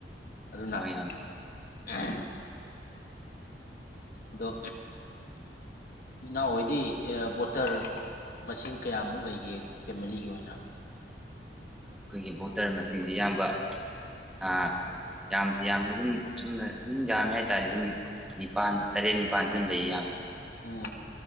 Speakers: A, on the left; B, in the centre.
A: ꯑꯗꯨꯅ
B: ꯑꯣꯏ ꯌꯥꯝ
A: <unintelligible> ꯑꯗꯣ ꯏꯅꯥꯎ ꯍꯣꯏꯗꯤ ꯕꯣꯇꯔ ꯃꯁꯤꯡ ꯀꯌꯥꯃꯨꯛ ꯂꯩꯒꯦ ꯐꯦꯃꯤꯂꯤꯒꯤ ꯑꯣꯏꯅ
B: ꯑꯩꯈꯣꯏꯒꯤ ꯕꯣꯇꯔ ꯃꯁꯤꯡꯖꯤ ꯏꯌꯥꯝꯕ ꯑꯥ ꯌꯥꯝꯗꯤ ꯌꯥꯝꯗꯤ ꯑꯗꯨꯝ ꯁꯨꯝꯅ ꯑꯗꯨꯝ ꯌꯥꯝꯃꯦ ꯍꯥꯏꯇꯥꯔꯦ ꯑꯗꯨꯝ ꯅꯤꯄꯥꯟ ꯇꯔꯦꯠ ꯅꯤꯄꯥꯟꯗꯤ ꯑꯗꯨꯝ ꯂꯩꯌꯦ ꯏꯌꯥꯝ
A: ꯑꯣ